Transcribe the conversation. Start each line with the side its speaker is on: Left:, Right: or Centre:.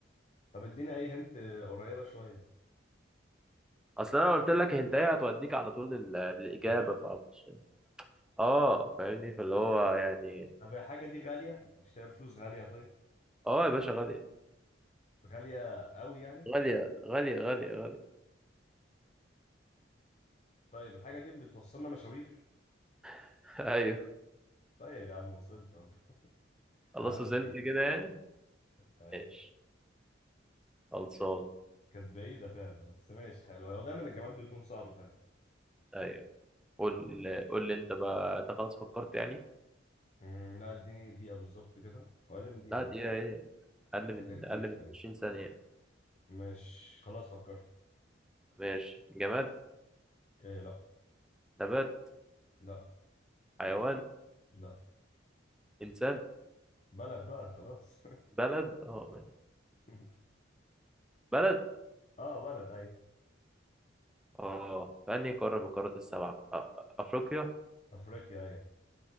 Left: طب اديني اي هنت قريبة شوية
Centre: اصل انا قلت لك انت ايه هتوديك على طول لل- للاجابه
Left: بجد
Centre: فمش اه فاهمني فاللي هو يعني
Left: طب الحاجة دي غالية نشتريها بفلوس غالية طيب
Centre: اه يا باشا غاليه
Left: غالية قوي يعني
Centre: غاليه غاليه غاليه غاليه
Left: طيب الحاجة دي بتوصلنا مشاوير
Centre: <laughs> ايوه
Left: طيب يا عم وصلت اهو <laughs>
Centre: خلاص
Left: عربية
Centre: وصلت كده يعني
Left: طيب
Centre: ماشي خلصان
Left: كانت بعيدة فعلا بس ماشي حلو هو دايما الجماد بيكون صعب فعلا
Centre: ايوه قول قول لي انت بقى انت خلاص فكرت يعني
Left: أمم، لا اديني دقيقة بالظبط كده حوالي دقيقة
Centre: لا دي ايه اقل من
Left: ده كتير
Centre: اقل
Left: فعلا
Centre: من 20 ثانيه
Left: مش خلاص فكرت
Centre: ماشي جماد
Left: إيه لا
Centre: نبات
Left: لا
Centre: حيوان
Left: لا
Centre: انسان
Left: بلد بقى خلاص
Centre: بلد اه ماشي.
Left: <laughs>
Centre: بلد
Left: اه بلد ايوه
Centre: اه في انهي قاره من القارات السبعه آه، افريقيا
Left: افريقيا ايوه